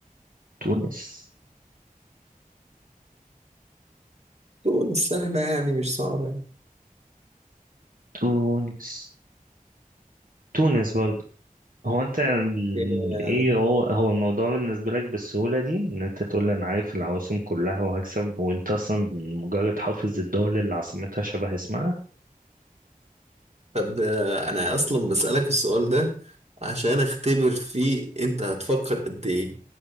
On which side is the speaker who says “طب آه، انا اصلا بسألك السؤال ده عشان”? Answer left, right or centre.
Right